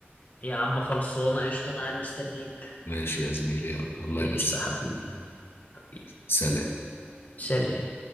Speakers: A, on the left; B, on the left.
A: يا عم خلصانة قشطة انا قاعد مستنيك
B: ماشي يا زميلي يلا. الله
A: قشطة
B: يمسيك
A: حبيب
B: يا فول
A: حبيب
B: سلام
A: سلام